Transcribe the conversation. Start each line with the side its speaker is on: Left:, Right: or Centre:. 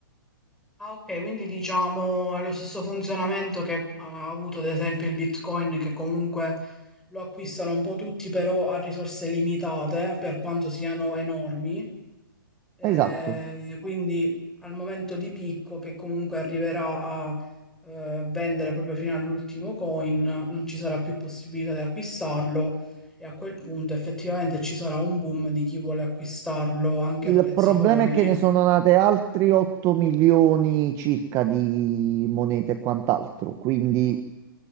Centre: Ah, ok, quindi diciamo ha lo stesso funzionamento che eh, ha avuto ad esempio il Bitcoin, che comunque lo acquistano un po' tutti, però a risorse limitate, per quanto siano enormi. Eh,
Right: Esatto.
Centre: quindi al momento di picco, che comunque arriverà a eh, vendere proprio fino all'ultimo coin, non ci sarà più possibilità di acquistarlo e a quel punto effettivamente ci sarà un boom di chi vuole acquistarlo anche
Right: Il
Centre: a prezzi
Right: problema
Centre: folli.
Right: è che ne sono nate altri 8 milioni circa di monete e quant'altro, quindi